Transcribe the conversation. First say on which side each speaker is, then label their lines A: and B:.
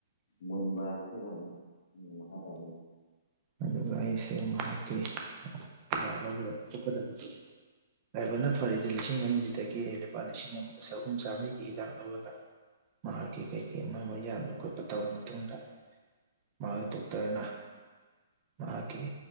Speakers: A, on the left; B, on the right.
A: ꯃꯟꯕ ꯍꯥꯏꯕꯗꯨꯣ ꯑꯣꯏꯌꯦ ꯃꯈꯥ ꯇꯥ
B: ꯑꯗꯨꯒ ꯑꯩꯁꯨ ꯃꯍꯥꯛꯀꯤ ꯍꯤꯗꯥꯛ ꯂꯧꯒꯗꯕ ꯈꯣꯠꯀꯗꯕꯗꯨ ꯂꯥꯏꯕꯔꯅ ꯐꯔꯤꯗꯤ ꯂꯤꯁꯤꯡ ꯑꯅꯤꯁꯤꯗꯒꯤ ꯑꯩ ꯂꯨꯄꯥ ꯂꯤꯁꯤꯡ ꯑꯃꯒ ꯆꯍꯨꯝ ꯆꯥꯝꯃꯔꯤꯒꯤ ꯍꯤꯗꯥꯛ ꯂꯧꯔꯒ ꯃꯍꯥꯛꯀꯤ ꯀꯩꯀꯩ ꯑꯃ ꯑꯃ ꯌꯥꯟꯕ ꯈꯣꯠꯄ ꯇꯧꯔꯕ ꯃꯇꯨꯡꯗ ꯃꯥꯔꯗꯨꯣꯛꯇꯔꯅ ꯃꯍꯥꯛꯀꯤ